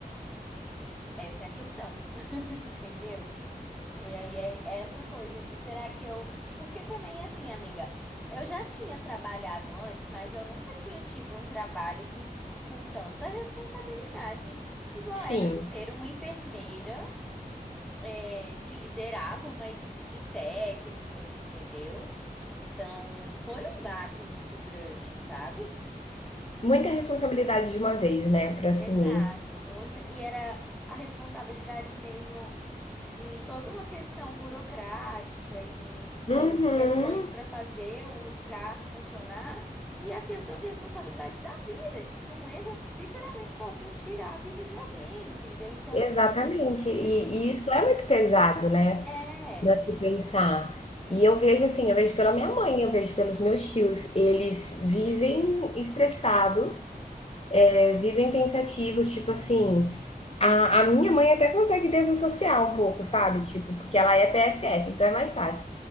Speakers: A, in the centre; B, on the left.
A: Essa é a questão, <laughs> entendeu? E aí é essa coisa de será que eu. Porque também, assim, amiga, eu já tinha trabalhado antes, mas eu nunca tinha tido um trabalho com, com tanta responsabilidade, igual
B: Sim.
A: era ser uma enfermeira, é, que liderava uma equipe de técnicos, entendeu? Então, foi um baque muito grande, sabe?
B: Muita responsabilidade de uma vez, né, para assumir.
A: Exato, muito. E era a responsabilidade mesmo de toda uma questão burocrática e.
B: Uhum,
A: questões para fazer o lugar funcionar e a questão de responsabilidade da vida, de que um erro literalmente posso tirar a vida de alguém, entendeu? Então,
B: exatamente. E
A: isso
B: e isso é muito pesado, né,
A: é,
B: para se pensar. E eu vejo assim, eu vejo pela minha mãe, eu vejo pelos meus tios, eles vivem estressados, eh, vivem pensativos, tipo assim, a a minha mãe até consegue desassociar um pouco, sabe, tipo, porque ela é PSF, então é mais fácil.